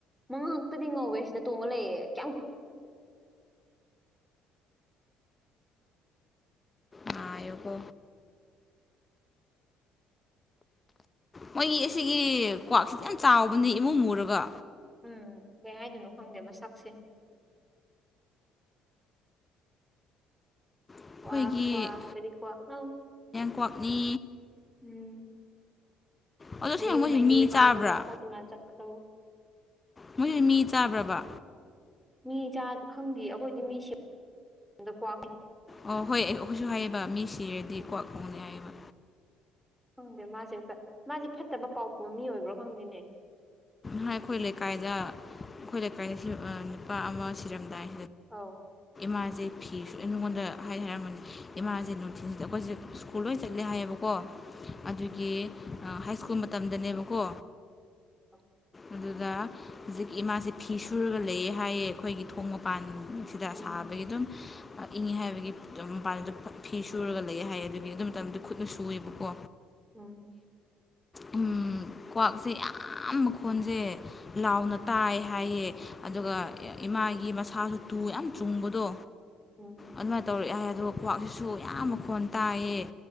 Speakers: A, in the centre; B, on the left.
A: ꯃꯉꯛꯇꯗꯤ ꯉꯧꯋꯦ ꯁꯤꯗ ꯇꯣꯡꯉ ꯂꯩꯌꯦ ꯀꯌꯥꯝ
B: ꯉꯥꯏꯌꯨꯀꯣ ꯃꯣꯏꯒꯤ ꯑꯁꯤꯒꯤ ꯀ꯭ꯋꯥꯛꯁꯤꯗꯤ ꯌꯥꯝ ꯆꯥꯎꯕꯅꯦ ꯏꯃꯨ ꯃꯨꯔꯒ
A: ꯎꯝ ꯀꯩ ꯍꯥꯏꯗꯣꯏꯅꯣ ꯈꯪꯗꯦ ꯃꯁꯛꯁꯦ
B: ꯑꯩꯈꯣꯏꯒꯤ
A: ꯀ꯭ꯋꯥꯛ ꯀ꯭ꯋꯥꯛ ꯀꯔꯤ ꯀ꯭ꯋꯥꯛꯅꯣ
B: ꯀ꯭ꯋꯥꯛꯅꯤ
A: ꯎꯝ
B: ꯑꯗꯣ ꯑꯁꯦꯡꯕ
A: ꯅꯌꯨꯝ
B: ꯃꯣꯏꯁꯦ
A: ꯃꯥꯏꯀꯩ
B: ꯃꯤ
A: ꯄꯥꯡꯈꯔꯣ
B: ꯆꯥꯕ꯭ꯔꯥ
A: ꯈꯔ ꯊꯨꯅ ꯆꯠ ꯑꯧ
B: ꯃꯣꯏꯖꯦ ꯃꯤ ꯆꯥꯕ꯭ꯔꯕ
A: ꯃꯤ ꯆꯥꯕꯗꯤ ꯈꯪꯗꯦ ꯑꯩꯈꯣꯏꯗꯤ ꯃꯤꯁꯤ <unintelligible> ꯗ ꯀ꯭ꯋꯥꯛ
B: ꯑꯣ ꯍꯣꯏ ꯑꯩꯈꯣꯏꯁꯨ ꯍꯥꯏꯌꯦꯕ ꯃꯤ ꯁꯤꯔꯗꯤ ꯀ꯭ꯋꯥꯛ ꯈꯣꯡꯉꯅꯤ ꯍꯥꯏꯌꯦꯕ
A: ꯈꯪꯗꯦ ꯃꯥꯁꯦ ꯃꯥꯁꯦ ꯐꯠꯇꯕ ꯄꯥꯎ ꯄꯨꯕ ꯃꯤ ꯑꯣꯏꯕ꯭ꯔꯥ ꯈꯪꯗꯦꯅꯦ
B: ꯍ ꯑꯩꯈꯣꯏ ꯂꯩꯀꯥꯏꯗ ꯑꯩꯈꯣꯏ ꯂꯩꯀꯥꯏꯗ ꯅꯨꯄꯥ ꯑꯃ ꯁꯤꯔꯝꯗꯥꯏ
A: ꯑꯥꯎ
B: ꯃꯥꯖꯦ ꯐꯤꯁꯨ ꯑꯩꯉꯣꯟꯗ ꯍꯥꯏ ꯍꯥꯏꯔꯝꯃꯅꯤ ꯏꯃꯥꯖꯦ ꯅꯨꯡꯊꯤꯟꯖꯤꯗ ꯑꯩꯈꯣꯏꯖꯦ ꯁ꯭ꯀꯨꯜ ꯂꯣꯏ ꯆꯠꯂꯦ ꯍꯥꯏꯌꯦꯕꯀꯣ ꯑꯗꯨꯒꯤ ꯍꯥꯏ ꯁ꯭ꯀꯨꯜ ꯃꯇꯝꯗꯅꯦꯕꯀꯣ
A: ꯑ
B: ꯑꯗꯨꯗ ꯍꯧꯖꯤꯛ ꯏꯃꯥꯁꯦ ꯐꯤ ꯁꯨꯔꯒ ꯂꯩꯌꯦ ꯍꯥꯏꯌꯦ ꯑꯩꯈꯣꯏꯒꯤ ꯊꯣꯡ ꯃꯄꯥꯟ ꯁꯤꯗ
A: ꯎꯝ
B: ꯁꯥꯕꯒꯤ ꯑꯗꯨꯝ ꯏꯪꯉꯦ ꯍꯥꯏꯕꯒꯤ ꯃꯄꯥꯟꯗꯨꯗ ꯐꯤ ꯁꯨꯔꯒ ꯂꯩꯌꯦ ꯍꯥꯏꯌꯦ ꯑꯗꯨꯒꯤ ꯑꯗꯨ ꯃꯇꯝꯗ ꯈꯨꯠꯅ ꯁꯨꯑꯦꯕꯀꯣ
A: ꯎꯝ
B: ꯎꯝ ꯀ꯭ꯋꯥꯛꯁꯦ ꯌꯥꯝ <unintelligible> ꯈꯣꯟꯁꯦ ꯂꯥꯎꯅ ꯇꯥꯏ ꯍꯥꯏꯌꯦ ꯑꯗꯨꯒ ꯏꯃꯥꯒꯤ ꯃꯁꯥꯁꯨ ꯇꯨ ꯌꯥꯝ ꯇꯨꯡꯕꯗꯣ
A: ꯎꯝ
B: ꯑꯗꯨꯃꯥꯏꯅ ꯇꯧꯔꯛꯑꯦ ꯍꯥꯏ ꯑꯗꯨꯒ ꯀ꯭ꯋꯥꯛꯁꯤꯁꯨ ꯌꯥꯝ ꯃꯈꯣꯟ ꯇꯥꯏꯌꯦ